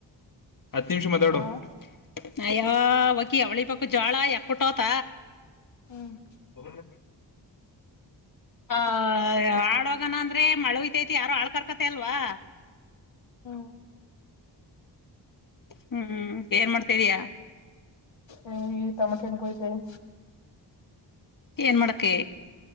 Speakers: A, on the left; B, on the left.
A: ಹತ್ತು ನಿಮಿಷ ಮತಾಡೋ.
B: ಹಾ
A: ಅಯಾ ಒಕಿ ಅವಳಿ ಬಕು ಜೋಳ ಯಾಕ್ಕಟೋತ.
B: ಹ್ಮ್
A: ಹ ಆ ಆಳೋಗಣ ಅಂದ್ರೆ ಮಳವತೈತಿ ಯಾರು ಆಾಳ್ ಕರ್ಕತೆ ಅಲ್ವಾ.
B: ಹ್ಮ್
A: ಹ್ಮ್ ಏನ್ ಮಾಡ್ತಿದಯಾ?
B: ಹ ಈ ಟಮಟೆಣ ಕುಯ್ತವೆನೀ.
A: ಏನ್ ಮಡಕೆ?